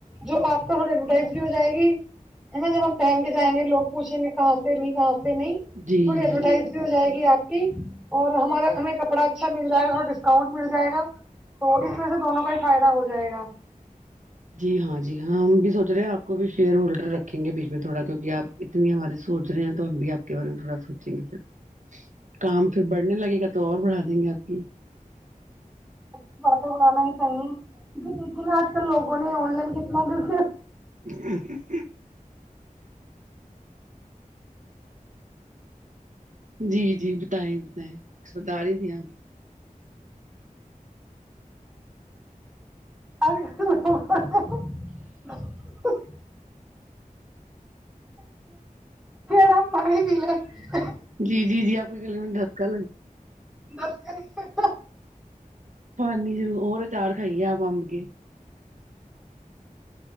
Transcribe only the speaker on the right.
جی
جی
جی ہاں جی ہاں ہم بھی سوچ رہے آ پکو بھی شیئر ہولڈر رکھیں گے بیچ میں تھوڑا کیونکہ آپ اتنی ہماری سوچ رہے ہیں تو ہم بھی آپ کے بارے میں تھوڑا سوچیں گے پھر کام پھر بڑھنے لگے گا تو اور بڑھا دیں گے آپ کی
ا <inaudible> جی جی بتائیں بتائیں کچھ بتا رہی تھی آپ
جی جی جی آپ کی گلی میں دھسکا لگ
پانیر اور چاڑ کائیے آپ اب کے <unintelligible>